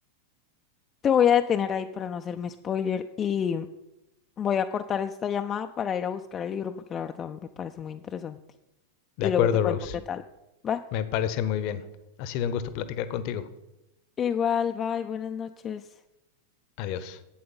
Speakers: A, on the left; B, on the left.
A: Te voy a detener ahí para no hacerme spoiler y voy a cortar esta llamada para ir a buscar el libro porque la verdad me parece muy interesante.
B: De
A: y
B: acuerdo,
A: luego te cuento
B: Rose.
A: qué tal. ¿Va?
B: Me parece muy bien. Ha sido un gusto platicar contigo.
A: Igual, bye, buenas noches.
B: Adiós.